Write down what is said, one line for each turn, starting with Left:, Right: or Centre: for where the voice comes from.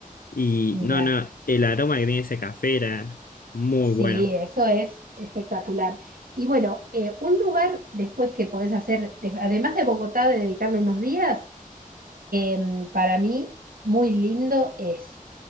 Left: Y
Right: mira,
Left: no, no, el aroma que tenía ese café era muy
Right: sí,
Left: bueno.
Right: eso es espectacular. Y bueno, eh, un lugar después que podés hacer, de- además de Bogotá, de dedicarle unos días, em, para mí muy lindo es